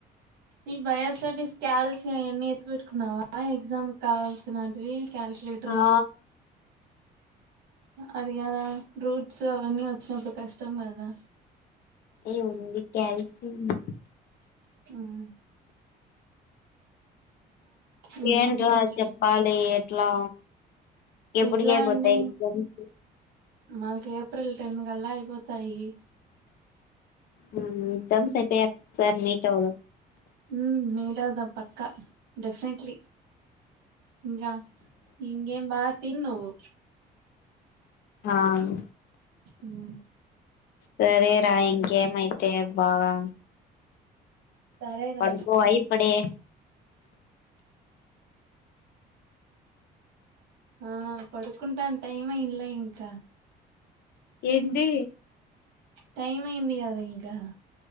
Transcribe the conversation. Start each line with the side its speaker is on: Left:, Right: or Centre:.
Right: ఈ బయోసెటిస్ కాల్షియ ఆయన్ని ఎత్తి వెట్టుకున్నావా ఎగ్జామ్ కావాల్సినంటివి క్యాలిక్యులేట్రు
Left: ఆ
Right: అది కాదా రూట్స్ అవన్నీ వచ్చినప్పుడు కష్టం కదా
Left: ఏ ఉంది క్యాల్సి ఉంది
Right: మ్మ్ ఇంకేంటి
Left: ఏంట్రా
Right: విశేష్
Left: చెప్పాలి ఎట్లా ఎప్పుడుకైపోతాయ్
Right: ఎట్లా అండి
Left: ఎగ్జామ్స్
Right: మాకు ఏప్రిల్ టెన్ కల్లా అయిపోతాయి
Left: మ్ ఎగ్జామ్స్ ఐపోయాక ఒకసారి మీట్ అవుదాం
Right: మ్ మీట్అవుదాం పక్క డెఫినెట్లీ ఇంగా ఇంగేం బా తిన్ నువ్వు
Left: ఆను
Right: ఉమ్
Left: సరే రాయి గేమ్ అయితే బాగా
Right: సరే రా
Left: పడుకోవా ఇప్పుడే
Right: ఆ పడుకుంటాను టైమ్ అయ్ న్ల ఇంకా
Left: ఏంది
Right: టైమ ఐంది గదా ఇంకా